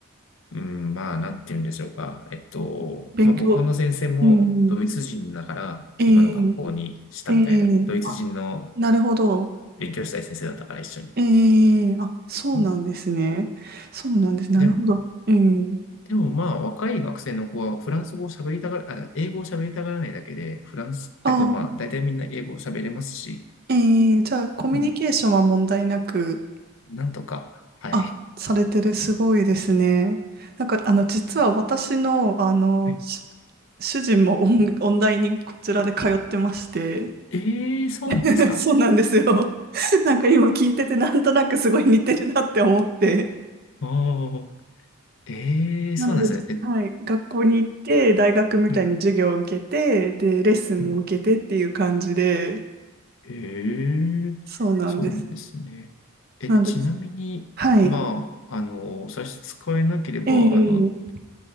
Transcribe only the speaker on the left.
うん、まあ、なんて言うんでしょうか。えっと、まあ、
僕の先生もドイツ人だから、
今の学校にしたみたいな。
ドイツ人の
勉強したい先生だったから一緒に。
うん
で、
でもまあ、若い学生の子はフランス語を喋りたがら、あ、英語を喋りたがらないだけで、フランス、
えっとまあ、大体みんな英語を喋れますし、
うん、なんとか、はい。
<laughs> はい
ええーそうなんですか。
ああ、ええーそうなんですね。
え、
うん、
うん。ええそうなんですね。
え、
ちなみに、
まあ、あの、差し支えなければ、
あの、